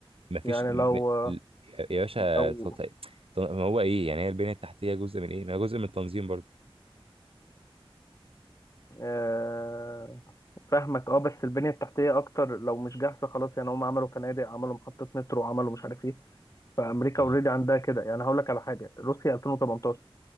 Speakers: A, on the right; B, on the left.
A: ما فيش
B: يعني
A: م...
B: لو
A: ل- يا باشا
B: لو
A: تط- ط- ما هو ايه يعني هي البنيه التحتيه جزء من ايه ما هي جزء من التنظيم برضه
B: آه، فاهمك اه بس البنية التحتية اكتر لو مش جاهزة خلاص يعني هم عملوا فنادق عملوا محطة مترو عملوا مش عارف ايه فامريكا
A: مم.
B: اوريدي عندها كده يعني هقول لك على حاجة روسيا 2018